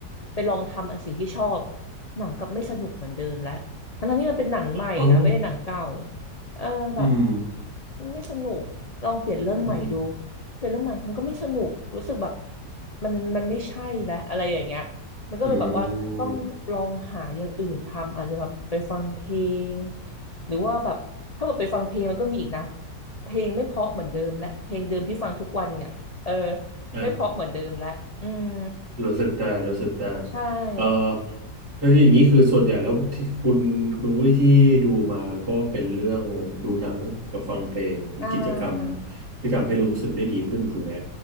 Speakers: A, on the left (about 45°); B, on the right (about 65°).
A: ไปลองทำอันสิ่งที่ชอบหนังกลับไม่สนุกเหมือนเดิมแล้วทั้งๆที่มันเป็นหนังใหม่นะไม่ได้หนังเก่า
B: อ๋อ
A: เออแบบ
B: อืม
A: ไม่สนุกลองเปลี่ยนเรื่องใหม่ดู
B: อืม
A: เปลี่ยนเรื่องใหม่มันก็ไม่สนุกรู้สึกแบบมันมันไม่ใช่แล้วอะไรอย่างเงี้ยมันก็เลยแบบว่าต้องลองหาอย่างอื่นทำอาจจะแบบไปฟังเพลง
B: อืม
A: หรือว่าแบบถ้าแบบไปฟังเพลงมันก็มีอีกนะ เพลงไม่เพราะเหมือนเดิมและเพลงเดิมที่ฟังทุกวันเนี่ยเออ
B: อ่า
A: ไม่เพราะเหมือนเดิมและอืม
B: รู้สึกได้รู้สึกได้
A: ใช่
B: เอ่อแล้วอย่างนี้คือส่วนใหญ่แล้วที่คุณคุณวุ้ยที่ดูมาก็เป็นเรื่องดูหนังกับฟังเพลงเป็นกิจกรรม
A: อ่า
B: ที่ทำให้รู้สึกได้ดีขึ้นถูกไหม